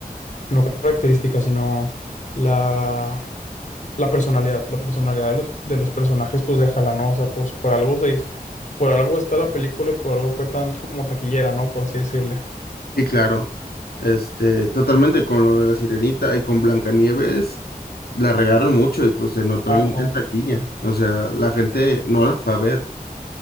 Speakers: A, on the left; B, on the left.
A: No característica, sino la... la personalidad, la personalidad de los, de los personajes, pues déjala, ¿no? O sea, pues por algo se hizo- por algo está la película y por algo fue tan como taquillera, ¿no? Por así decirle.
B: Y claro, este, totalmente con lo de la Sirenita y con Blancanieves, la regaron mucho y pues se notó
A: Ah,
B: en,
A: no,
B: en taquilla. O sea, la gente no la fue a ver.